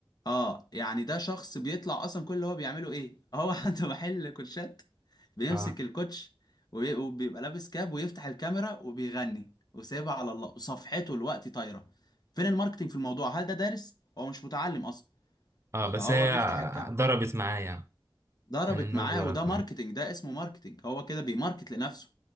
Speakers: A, on the left; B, on the right.
A: اه يعني ده شخص بيطلع اصلا كل اللي هو بيعمله ايه هو <laughs> عنده محل كوتشات بيمسك
B: آه
A: الكوتش وبي- وبيبقى لابس كاب ويفتح الكاميرا وبيغني وسايبها على الله وصفحته الوقت طايره فين الماركتينج في الموضوع هل ده دارس هو مش متعلم اصلا
B: آه
A: فهو
B: بس هي
A: بيفتح الكاميرا
B: ضربت معايا
A: ضربت
B: يعني من النوع
A: معاه
B: اللي ضربت
A: وده ماركتينج
B: معايا
A: ده اسمه ماركتينج هو كده بيماركت لنفسه